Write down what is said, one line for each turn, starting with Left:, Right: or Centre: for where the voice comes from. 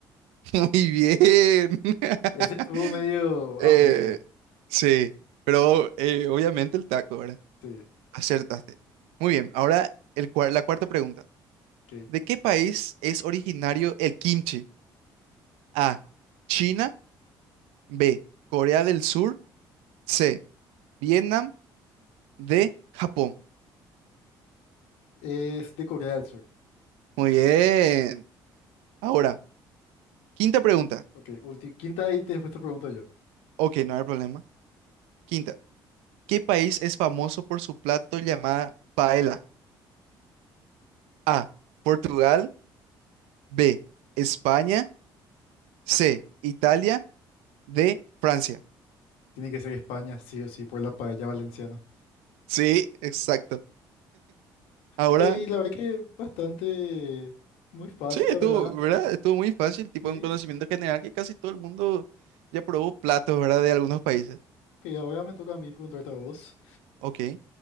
Right: <laughs> Muy bien. <laughs>
Left: Ese estuvo medio
Right: Eh,
Left: ambiguo.
Right: sí, pero eh, obviamente el taco, ¿verdad?
Left: Sí,
Right: Acertaste. Muy bien, ahora el cuar- la cuarta pregunta.
Left: ok.
Right: ¿De qué país es originario el kimchi? A, China, B, Corea del Sur, C, Vietnam, D, Japón.
Left: Es de Corea del Sur.
Right: Muy bien. Ahora, quinta pregunta.
Left: Ok, ulti- quinta y después te pregunto yo.
Right: Ok, no hay problema. Quinta. ¿Qué país es famoso por su plato llamada paella? A. Portugal. B. España. C. Italia. D. Francia.
Left: Tiene que ser España, sí o sí, por la paella valenciana.
Right: Sí, exacto. Ahora,
Left: Y la verdad que bastante, muy fácil,
Right: sí, estuvo,
Left: la verdad.
Right: ¿verdad? Estuvo muy fácil, tipo
Left: Sí,
Right: un conocimiento general que casi todo el mundo ya probó platos, ¿verdad? De algunos países.
Left: que ahora me toca a mí preguntarte a vos.
Right: Ok.